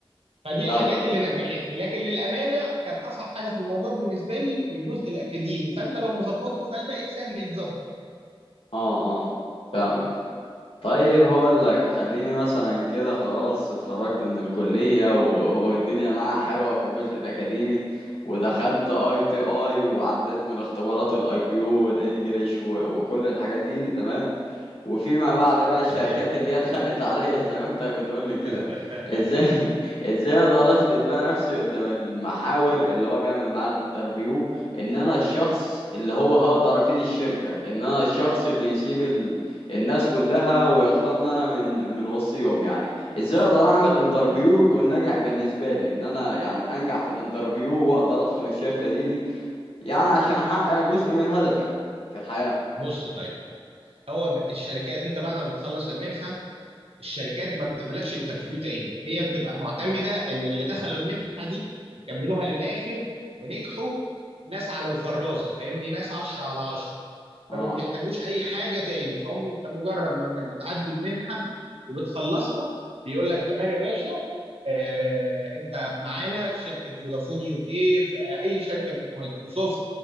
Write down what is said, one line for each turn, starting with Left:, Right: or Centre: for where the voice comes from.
Right: فدي
Left: فعلا
Right: الحاجات
Left: أيوة.
Right: اللي نجحتني لكن للامانه كان اصعب حاجه في الموضوع بالنسبه لي الجزء الاكاديمي فانت لو مظبطه فالباقي سهل يتظبط
Left: اه اه فاهمك طيب هقول لك خليني مثلا كده خلاص اتخرجت من الكلية و- والدنيا معايا حلوة في الجزء الأكاديمي ودخلت اي تي اي وعديت من اختبارات الاي كيو والانجليش و- وكل الحاجات دي, دي تمام وفيما بعد بقى الشركات
Right: تمام
Left: اللي هي اتخانقت عليا زي ما انت بتقول لي كده
Right: <laughs>
Left: ازاي <laughs> ازاي اقدر اثبت بقى نفسي قدام المحاور اللي هو بيعمل معاه الانترفيو ان انا الشخص اللي هو هقدر افيد الشركة ان انا الشخص اللي يسيب الناس كلها ويختارني انا من من وسطهم يعني ازاي اقدر اعمل انترفيو يكون ناجح بالنسبه لي ان انا يعني انجح في الانترفيو واقدر ادخل الشركه دي دي يعني عشان احقق جزء من هدفي في الحياه
Right: بص طيب هو ب- الشركات انت بعد ما بتخلص المنحه الشركات ما بتعملكش انترفيو تاني هي بتبقى معتمده ان اللي دخلوا المنحه دي وكملوها للاخر ونجحوا ناس على الفرازه فاهمني ناس 10 على 10
Left: اه
Right: فما بيحتاجوش اي حاجه تاني فهم انت مجرد ما انك بتعدي المنحه وبتخلصها بيقول لك تمام يا باشا آه انت معانا في شركه فودافون يو كي في اي شركه من مايكروسوفت